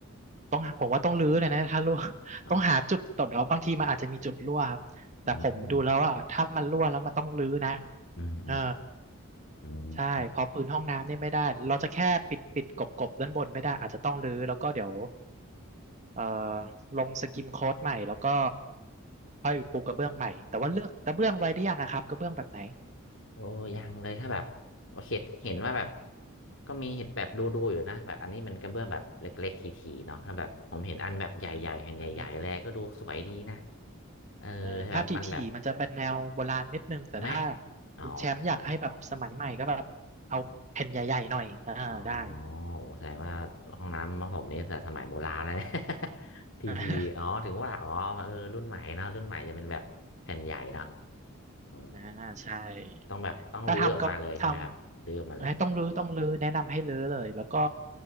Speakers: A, on the right; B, on the left.
A: ต้องหาผมว่าต้องรื้อเลยนะถ้ารั่ว <laughs>
B: อ๋อ
A: ต้องหาจุดตดเอาบางทีมันอาจจะมีจุดรั่วครับแต่ผมดูแล้วว่าถ้ามันรั่วแล้วมันต้องรื้อนะ
B: อออืมอืมอืม
A: เออ
B: อื
A: ใช่พอพื้นห้องน้ำนี่ไม่ได้เราจะแค่ปิดปิดกบกบด้านบนไม่ได้อาจจะต้องรื้อแล้วก็เดี๋ยว
B: ม
A: เอ่อลงสกิมโค้ดใหม่แล้วก็ค่อยปูกระเบื้องใหม่ แต่ว่าเลือกกระเบื้องไว้หด้ยังอะครับกระเบื้องแบบไหน
B: โอ้ยังเลยถ้าแบบเห็นเห็นว่าแบบก็มีเห็นแบบดูดูอยู่นะแบบอันนี้มันกระเบื้องแบบเล็กๆทีๆเนาะถ้าแบบผมเห็นอันแบบใหญ่ๆแผ่นใหญ่ๆแลก็ดูสวยดีนะ
A: อ่าอ่า
B: เออแบบมันแบบ
A: อาถ้าถี่ๆมันจะเป็นแนวโบราณนิดนึงแต่ถ้า
B: แม่อ๋อ
A: คุณแชมป์อยากให้แบบสมัยใหม่ก็แบบเอาแผ่นใหญ่ๆหน่อยอ่าได้
B: อ๋อโอ้แสดงว่าห้องน้ำของผมนี่แต่สมัยโบราณแล้วเนี่ย <laughs> ทีทีอ๋อถึงว่าอ๋อเออรุ่นใหม่เนอะรุ่นใหม่จะเป็นแบบแผ่นใหญ่เนอะ
A: <laughs>
B: อืม
A: อ่าใช่
B: ต้องแบบต้องรื้อออกมาเลยใช่ไหมครับรื้อออกมาเลย
A: ถ้าทำกับทำให้ต้องรื้อต้องรื้อแนะนำให้รื้อเลยแล้วก็